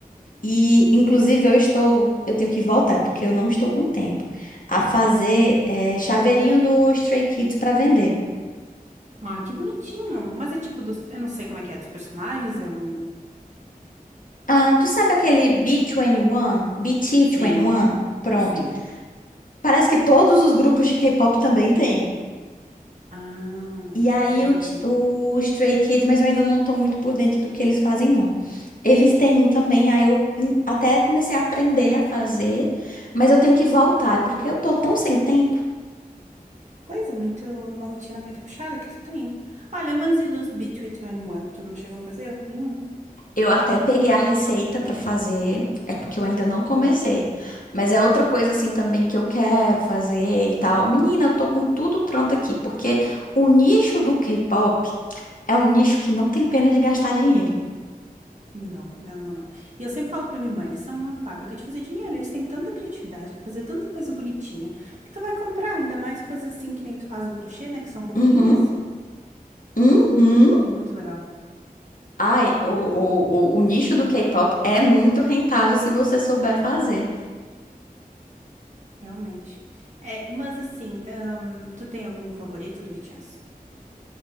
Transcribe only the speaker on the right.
Ai, que bonitinho. Mas é tipo dos. Eu não sei como é que é dos personagens, é um.
Sim,
sim.
Ah,
entendi.
Pois é, muito, uma rotina muito puxada que tu tem. Olha, mas e dos B321? Tu não chegou a fazer nenhum?
Não, não, não, não. E eu sempre falo pra minha irmã, eles são uma fábrica de fazer dinheiro. Eles têm tanta criatividade em fazer tanta coisa bonitinha que tu vai comprar, ainda mais coisas assim que nem tu faz do crochê, né? Que são fofinhas.
Muito legal,
realmente. É, mas assim, ahn, tu tem algum favorito do BTS?